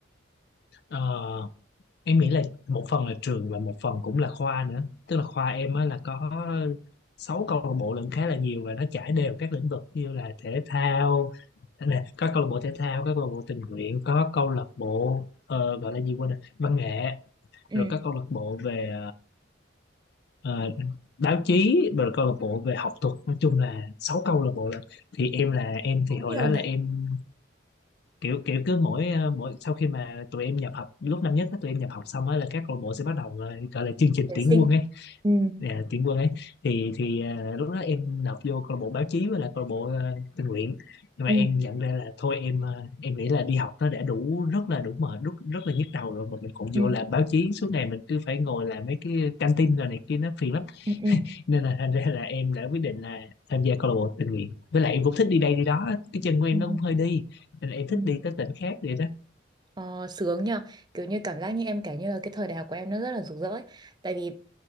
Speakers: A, on the left; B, on the right.
A: Ờ, em nghĩ là một phần là trường và một phần cũng là khoa nữa. Tức là khoa em á là có sáu câu lạc bộ lận khá là nhiều và nó trải đều các lĩnh vực như là thể thao Đây nè có câu lạc bộ thể thao có câu lạc bộ tình nguyện có câu lạc bộ ờ, gọi là gì quên rồi văn nghệ
B: Ừ.
A: rồi có câu lạc bộ về ờ, báo chí rồi câu lạc bộ về học thuật nói chung là sáu câu lạc bộ là thì em là em
B: cũng
A: thì hồi
B: nhiều
A: đó là
B: nhỉ
A: em kiểu kiểu cứ mỗi ờ, mỗi sau khi mà tụi em nhập học lúc năm nhất á, tụi em nhập học xong á là các câu lạc bộ sẽ bắt đầu ờ, gọi là chương trình
B: tuyển
A: tuyển
B: sinh
A: quân ấy
B: Ừ.
A: à, tuyển quân ấy thì thì à, lúc đó em nộp vô câu lạc bộ báo chí với lại câu lạc bộ à, tình nguyện nhưng mà
B: Ừ.
A: em nhận ra là thôi em à, em nghĩ là đi học nó đã đủ rất là đủ mệt rất rất là nhức đầu rồi mà mình còn
B: Ừ.
A: vô làm báo chí suốt ngày mình cứ phải ngồi làm mấy cái căng tin rồi này kia nó phiền lắm
B: Ừ.
A: nên là thành ra là em đã quyết định là tham gia câu lạc bộ tình nguyện với lại em cũng thích đi đây đi đó cái chân của em
B: Ừ.
A: nó cũng hơi đi nên là em thích
B: Ừ.
A: đi tới tỉnh khác vậy đó
B: Ờ, sướng nhờ kiểu như cảm giác như em kể như là cái thời đại học của em nó rất là rực rỡ ấy. tại vì